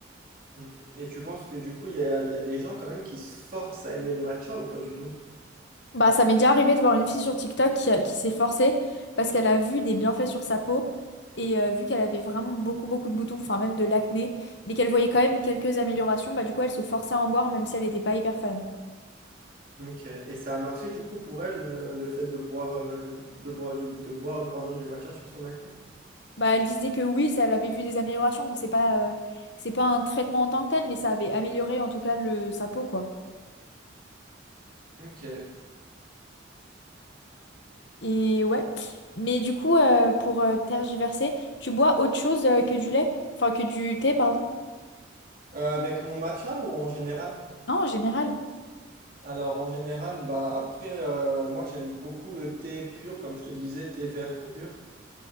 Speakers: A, on the right; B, on the left.
A: Mm. Et tu penses que du coup, il y a, il y a des gens quand même qui se forcent à aimer le matcha ou pas du tout?
B: Bah, ça m'est déjà arrivé de voir une fille sur TikTok qui, qui s'est forcée parce qu'elle a vu des bienfaits sur sa peau et euh, vu qu'elle avait vraiment beaucoup beaucoup de boutons, enfin même de l'acné, mais qu'elle voyait quand même quelques améliorations, bah du coup elle se forçait à en boire même si elle n'était pas hyper fan.
A: Ok. Et ça a marché du coup pour elle, euh, le fait de boire, euh, de boire, du- de boire, pardon, du matcha sur son acné?
B: Bah elle disait que oui, ça, elle avait vu des améliorations, bon c'est pas, euh, c'est pas un traitement en tant que tel, mais ça avait amélioré en tout cas le, sa peau quoi.
A: Ok. Euh,
B: Et ouais, mais du coup euh, pour euh, tergiverser, tu bois autre chose euh, que du lait? Enfin que du thé, pardon?
A: avec mon matcha ou en général?
B: Non, en général.
A: Alors en général, bah après, euh, moi j'aime beaucoup le thé pur, comme je te disais, thé vert pur.